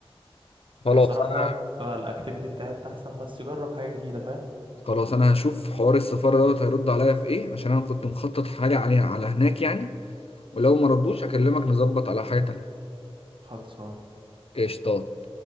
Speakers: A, on the left; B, on the right.
A: خلاص
B: يعني بصراحه
A: انا
B: دهب الاكتيفيتي بتاعتها احسن بس جرب حاجه جديده فاهم
A: خلاص انا هشوف حوار السفارة دوت هيرد عليا في ايه عشان انا كنت مخطط حاجة عليها على هناك يعني ولو ما ردوش اكلمك نظبط على حاجة تانية
B: خلصان
A: قشطات